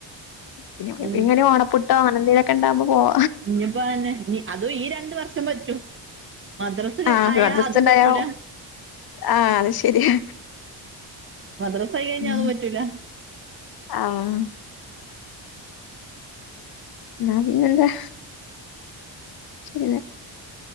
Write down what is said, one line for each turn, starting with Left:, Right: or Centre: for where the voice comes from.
Left: പിന്ന
Right: അന്നെ
Left: ഇങ്ങനെ ഓണപ്പൂ ഓണത്തിനൊക്ക ഇണ്ടാവ്മ്പ പോവ
Right: ഇഞിപ്പയന്നെ ഇനി അതും ഈ രണ്ട് വർഷം പറ്റും മദ്രാസആയാ
Left: ആഹ് മദ്രസ
Right: അതും
Left: ഇണ്ടായാ
Right: പറ്റൂല
Left: ആഹ് അത് ശെരിയാ.
Right: മദ്രസ ആയി കഴിഞ്ഞ
Left: ഉം
Right: അതും പറ്റൂല
Left: ആഹ് ന്നാ പിന്നെന്താ ശരിയല്ലേ